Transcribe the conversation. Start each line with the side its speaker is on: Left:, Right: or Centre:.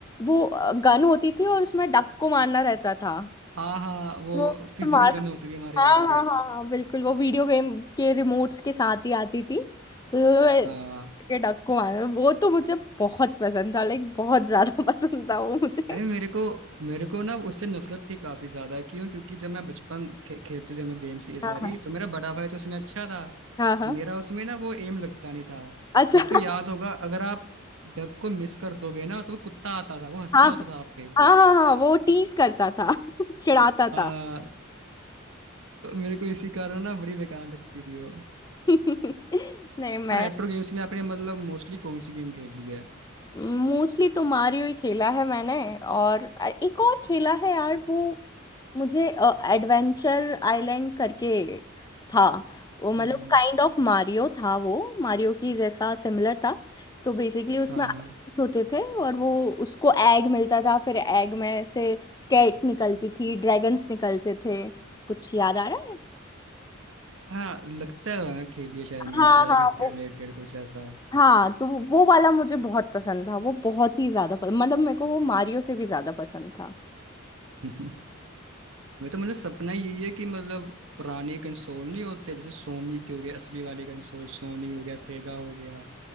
Left: वो गन होती थी और उसमें डक को मारना रहता था
Right: <laughs> हाँ हाँ वो
Left: वो
Right: फिजिकल
Left: स्मार्ट
Right: गन होती थी हमारे
Left: हाँ
Right: पास
Left: हाँ
Right: एक
Left: हाँ हाँ बिल्कुल वो वीडियो गेम के रिमोट्स के साथ ही आती थी तो मैं
Right: हाँ
Left: के डक को मारना वो तो मुझे बहुत पसंद था लाइक बहुत ज्यादा <laughs> पसंद था वो मुझे
Right: अरे मेरे को मेरे को ना उससे नफरत थी काफी ज्यादा क्यों क्योंकि जब मैं बचपन खे, खेलते थे हम लोग गेम्स ये सारी
Left: हाँ हाँ
Right: तो मेरा बड़ा भाई तो उसमें अच्छा था
Left: हाँ हाँ
Right: मेरा उसमें ना वो एम लगता नहीं था
Left: अच्छा
Right: तो आपको
Left: <laughs>
Right: याद होगा अगर आप डग को मिस कर दोगे ना तो वो कुत्ता आता था वो हंसता
Left: हाँ
Right: होता था आप पे
Left: हाँ हाँ हाँ वो टीज करता था <laughs> चिढ़ाता
Right: हाँ,
Left: था
Right: तो मेरे को इसी कारण ना बड़ी बेकार लगती थी वो
Left: <laughs> नहीं मैं
Right: और रेट्रो गेम्स में आपने मतलब मोस्टली कौन सी गेम खेली है
Left: मोस्टली तो मारियो ही खेला है मैंने और अ- एक और खेला है यार वो मुझे एडवेंचर आइलैंड करके था वो मतलब
Right: हम्म।
Left: काइंड ऑफ मारियो था वो मारियो की जैसा सिमिलर था तो बेसिकली उसमें
Right: हाँ
Left: islands
Right: हाँ
Left: होते थे और वो उसको एग मिलता था फिर एग में से स्केट निकलती थी ड्रैगन्स निकलते थे कुछ याद आ रहा है
Right: हाँ लगता है खेलिए शायद मैं
Left: हाँ
Right: ड्रैगन्स
Left: हाँ
Right: के
Left: वो
Right: रिलेटेड कुछ ऐसा
Left: हाँ तो वो वो वाला मुझे बहुत पसंद था वो बहुत ही ज्यादा पसंद मतलब मेरे को वो मारियो से भी ज्यादा पसंद था
Right: <laughs> मैं तो मतलब सपना यही है कि मतलब पुराने कंसोल नहीं होते जैसे सोनी के हो गए असली वाले कंसोल सोनी हो गया सेगा हो गया